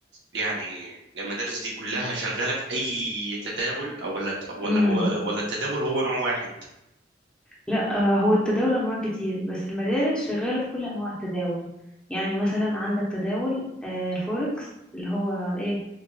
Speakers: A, on the right (about 75°); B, in the centre.
A: يعني المدارس دي كلها شغالة في اي تداول او ولا ولا
B: امم
A: هو ولا التداول هو نوع واحد
B: لا آه، هو التداول انواع كتير بس المدارس شغاله في كل انواع التداول يعني مثلا عندك تداول آه، الفوركس اللي هو ايه